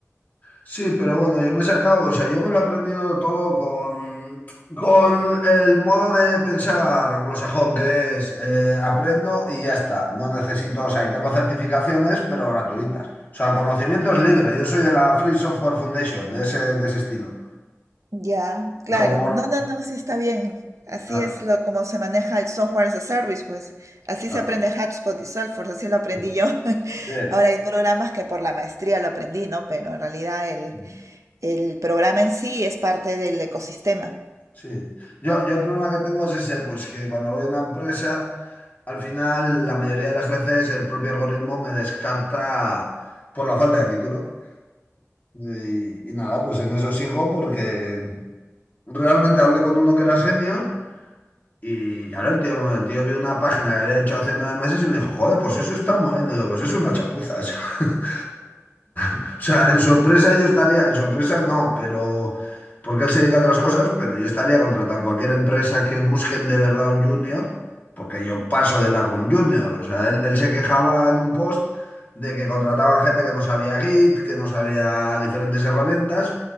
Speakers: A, on the left; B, on the right.
A: Sí, pero bueno, yo me he sacado, o sea, yo me lo he aprendido todo con, con el modo de pensar anglosajón, que es eh, aprendo y ya está. No necesito, o sea, y tengo certificaciones, pero gratuitas. O sea, el conocimiento es libre. Yo soy de la Free Software Foundation, de ese, de ese estilo.
B: Ya, claro.
A: Y Como,
B: No, no, no, sí está bien. Así
A: claro,
B: es lo, como se maneja el software as a service, pues. Así
A: claro,
B: se aprende HubSpot y Salesforce, así lo aprendí
A: sí,
B: yo. <laughs>
A: sí,
B: Ahora hay programas que por la maestría lo aprendí, ¿no? Pero en realidad el,
A: sí.
B: el programa en sí es parte del ecosistema.
A: Sí. Yo, yo el problema que tengo es ese, pues que cuando voy a una empresa. Al final, la mayoría de las veces el propio algoritmo me descarta por la falta de título. Y, y nada, pues en eso sigo porque realmente hablé con uno que era senior y claro, el tío, el tío vio una página que había hecho hace nueve meses y me dijo, joder, pues eso está muy bien. Y digo, pues es una chapuza eso. <laughs> O sea, en su empresa yo estaría, en su empresa no, pero porque él se dedica a otras cosas, pero yo estaría contratando cualquier empresa que busquen de verdad un junior, porque yo paso de largo un junior. O sea, él, él se quejaba en un post de que contrataban gente que no sabía Git, que no sabía diferentes herramientas,